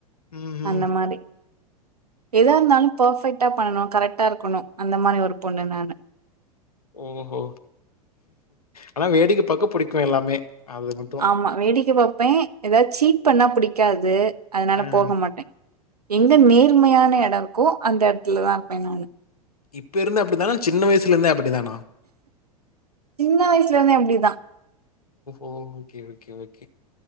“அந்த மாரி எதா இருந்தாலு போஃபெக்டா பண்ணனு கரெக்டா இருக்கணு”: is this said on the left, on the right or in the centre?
Right